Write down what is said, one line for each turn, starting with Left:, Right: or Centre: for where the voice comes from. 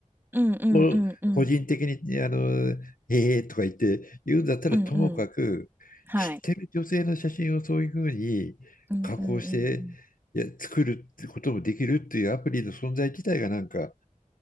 Right: うんうんうんうん。
Left: を個人的に、あの、ええとか言って言うんだったら、
Right: うんうん。
Left: ともかく、
Right: はい。
Left: 知ってる女性の写真をそういうふうに加工して、
Right: うんうんうんうん。
Left: いや、作るってこともできるっていうアプリの存在自体がなんか、